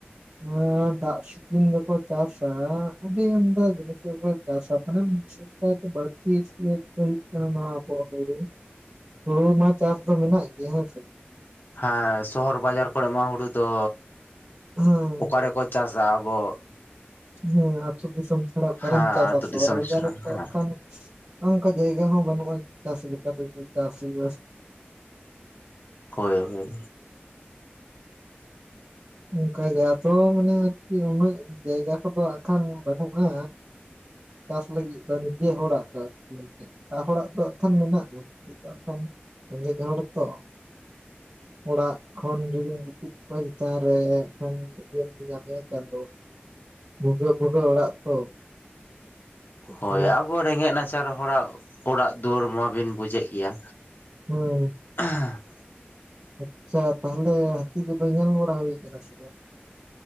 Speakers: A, on the right (about 45°); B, on the left (about 60°).
A: ᱱᱚᱣᱟ ᱫᱟᱜ ᱫᱤᱱ ᱫᱚᱠᱚ ᱪᱟᱥᱟ ᱟᱹᱰᱤ ᱟᱢᱫᱟ ᱡᱤᱱᱤᱥ ᱜᱮᱠᱚ ᱪᱟᱥᱟ ᱢᱟᱱᱮ ᱚᱠᱟ ᱫᱚ ᱵᱷᱟᱹᱲᱛᱤ ᱦᱩᱭᱩᱜ ᱠᱟᱱᱟ ᱦᱟᱜ ᱟᱵᱚᱣᱟᱜ ᱦᱩᱲᱩ ᱦᱩᱲᱩ ᱢᱟ ᱪᱟᱥ ᱫᱚ ᱢᱮᱱᱟᱜ ᱜᱮ ᱦᱮᱸ ᱥᱮ,
B: ᱦᱮᱸ ᱥᱚᱦᱚᱨ ᱵᱟᱡᱟᱨ ᱠᱚᱨᱮ ᱢᱟ ᱦᱩᱲᱩ ᱫᱚ
A: ᱦᱮᱸ
B: ᱚᱠᱟᱮᱠᱚ ᱪᱟᱥ ᱪᱟᱥᱟ ᱟᱵᱚ,
A: ᱦᱮᱸ ᱟᱛᱩ ᱫᱤᱥᱚᱢ ᱪᱷᱟᱲᱟ ᱚᱠᱟᱨᱮᱢ
B: ᱦᱮᱸ
A: ᱪᱟᱥᱟ
B: ᱟᱹᱛᱩ
A: ᱥᱚᱦᱚᱨ
B: ᱫᱤᱥᱚᱢ
A: ᱵᱟᱡᱟᱨ
B: ᱥᱮᱱᱟᱜ
A: ᱨᱮᱫᱚ
B: ᱦᱮᱸ
A: ᱠᱷᱟᱱ, ᱚᱱᱠᱟ ᱡᱟᱭᱜᱟ ᱦᱚᱸ ᱵᱟᱹᱱᱩᱜᱼᱟ ᱪᱟᱥ ᱞᱮᱠᱟᱛᱮ ᱪᱟᱥ ᱦᱩᱭᱩᱜ ᱟ ᱥᱮ,
B: ᱦᱳᱭ ᱦᱳᱭ,
A: ᱚᱱᱠᱟ ᱜᱮ ᱟᱫᱚ ᱢᱟᱱᱮ ᱟᱨᱠᱤ ᱩᱱᱟᱹᱜ ᱡᱟᱭᱜᱟ ᱠᱚᱫᱚ ᱦᱟᱜᱠᱷᱟᱱ ᱵᱟᱹᱱᱩᱜᱼᱟ᱾ ᱪᱟᱥ ᱞᱟᱹᱜᱤᱫ ᱫᱚ ᱱᱤᱡᱮ ᱦᱚᱲᱟᱜ ᱫᱚ ᱟᱨᱠᱤ, ᱮᱴᱟᱜ ᱦᱚᱲᱟᱜ ᱫᱚ ᱦᱟᱜ ᱠᱷᱟᱱ ᱢᱮᱱᱟᱜᱼᱟ ᱱᱚᱜ ᱦᱟᱜ ᱠᱷᱟᱱ ᱨᱮᱸᱜᱮᱡ ᱦᱚᱲ ᱛᱚ᱾ ᱚᱲᱟᱜ ᱠᱷᱚᱱ ᱡᱩᱫᱤᱢ ᱜᱤᱛᱤᱡ ᱠᱚᱜᱼᱟ ᱤᱡ ᱪᱮᱛᱟᱱ ᱨᱮ ᱠᱷᱟᱱ ᱤᱭᱟᱹᱢ ᱧᱮᱞ ᱧᱟᱢᱮᱭᱟ ᱪᱟᱸᱫᱚ ᱵᱷᱩᱜᱟᱹᱜ ᱵᱷᱩᱜᱟᱹᱜ ᱚᱲᱟᱜ ᱛᱚ᱾
B: ᱦᱳᱭ
A: ᱦᱮᱸ
B: ᱟᱵᱚ ᱨᱮᱸᱜᱮᱡ ᱱᱟᱪᱟᱨ ᱦᱚᱲᱟᱜ ᱚᱲᱟᱜ ᱫᱩᱣᱟᱹᱨ ᱢᱟᱵᱤᱱ ᱵᱩᱡᱮᱜ ᱜᱮᱭᱟ᱾
A: ᱦᱩᱸ᱾
B: <unintelligible>
A: ᱟᱪᱪᱷᱟ ᱛᱟᱦᱞᱮ ᱦᱟᱹᱛᱤ ᱠᱚᱫᱚ ᱧᱮᱞ ᱵᱟᱲᱟ ᱦᱩᱭ ᱠᱟᱱᱟ ᱥᱮ ᱵᱟᱝ?